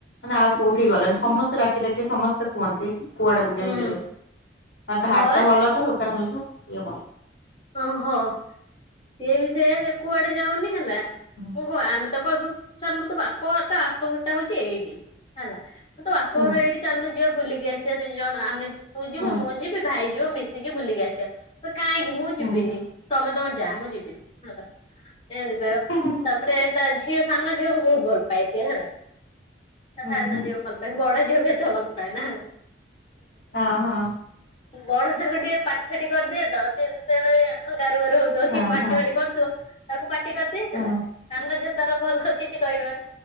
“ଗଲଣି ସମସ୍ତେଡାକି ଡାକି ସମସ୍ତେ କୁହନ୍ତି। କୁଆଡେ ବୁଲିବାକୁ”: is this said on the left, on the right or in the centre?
Left